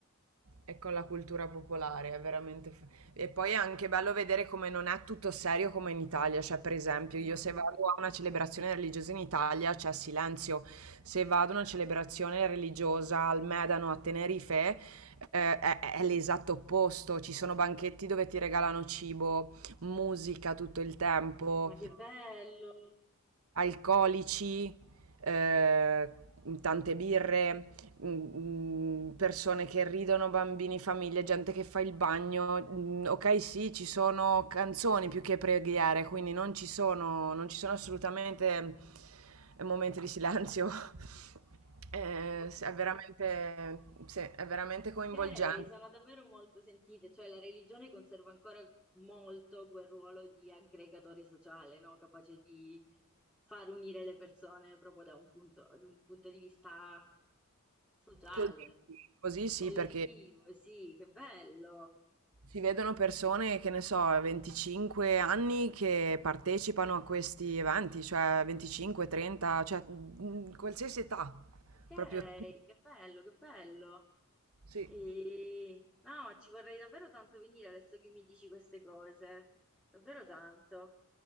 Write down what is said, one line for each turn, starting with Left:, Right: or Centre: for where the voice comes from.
Right: e con la cultura popolare, è veramente... f- E poi è anche bello vedere come non è tutto serio come in Italia, cioè per esempio
Centre: <laughs>
Right: io se vado a una celebrazione religiosa in Italia c'è silenzio, se vado a una celebrazione religiosa al Medano a Tenerife eh, è, è l'esatto opposto. Ci sono banchetti dove ti regalano cibo, musica tutto il tempo,
Centre: ma che bello!
Right: alcolici, eh, tante birre, mm, mm, persone che ridono, bambini, famiglie, gente che fa il bagno. Mm, Ok, sì, ci sono canzoni più che preghiere, quindi non ci sono, non ci sono assolutamente eh, momenti di silenzio. <laughs> Eh,
Centre: Ho
Right: sì, è veramente, sì, è veramente coinvolgente.
Centre: Ok, sono davvero molto sentite, cioè la religione conserva ancora molto quel ruolo di aggregatore sociale, no? Capace di far unire le persone proprio da un punto, da un punto di vista sociale,
Right: Così, sì, così sì,
Centre: collettivo,
Right: perché
Centre: sì, che bello.
Right: Si vedono persone, che ne so, 25 anni che partecipano a questi eventi, cioè 25, 30, cioè mm, qualsiasi età,
Centre: Ok,
Right: proprio tu.
Centre: che bello, che bello.
Right: Sì.
Centre: E... No, ci vorrei davvero tanto venire adesso che mi dici queste cose, davvero tanto.